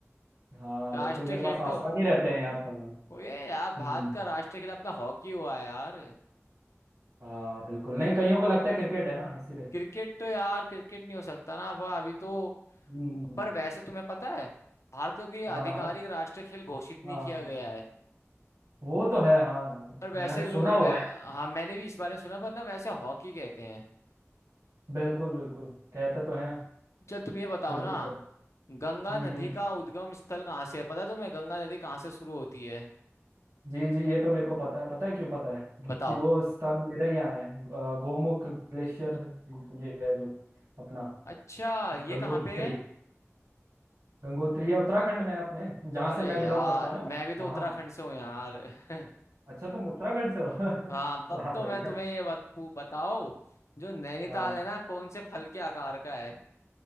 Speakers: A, on the right; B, on the left.
A: हाँ
B: राष्ट्रीय
A: बिल्कुल मेरे
B: खेल
A: पास आसान
B: तो
A: ही रहते हैं यार सवाल
B: वो ये यार भारत
A: हम्म
B: का राष्ट्रीय खेल अपना हॉकी हुआ है यार
A: हाँ बिल्कुल नहीं कईयों को लगता है क्रिकेट है ना इसीलिए
B: क्रिकेट तो यार क्रिकेट नहीं हो सकता ना अब अभी तो
A: हम्म,
B: पर वैसे तुम्हें पता है भारत को ये
A: हाँ
B: आधिकारिक
A: हाँ
B: राष्ट्रीय खेल घोषित नहीं
A: हाँ
B: किया गया है
A: वो तो है हाँ
B: पर वैसे
A: मैंने
B: लो
A: सुना हुआ
B: वै,
A: है
B: हाँ मैंने भी इस बारे में सुना पर ना वैसे हॉकी कहते हैं
A: बिल्कुल बिल्कुल कहते तो हैं
B: चल तुम ये बताओ
A: बिल्कुल
B: ना
A: सही
B: गंगा
A: हम्म
B: नदी
A: हम्म
B: का उद्गम स्थल कहाँ से है पता है तुम्हें गंगा नदी कहाँ से शुरू होती है
A: जी जी ये तो मेरे को पता है पता है क्यों पता है क्योंकि
B: बताओ
A: वो स्थान मेरे ही यहाँ है अ, गोमुख ग्लेशियर ये है जो अपना
B: अच्छा ये
A: गंगोत्री
B: कहाँ पे है
A: गंगोत्री है उत्तराखंड में है अपने जहाँ
B: अरे
A: से मैं बिलोंग
B: यार
A: करता हूँ ना
B: मैं भी तो
A: वहाँ
B: उत्तराखंड से हूँ यार <laughs>
A: अच्छा तुम उत्तराखंड से हो
B: हाँ तब
A: <laughs> वाह
B: तो
A: बढ़िया
B: मैं तुम्हें ये बत, पू- बताओ जो नैनीताल
A: हाँ
B: है ना कौन से फल के आकार का है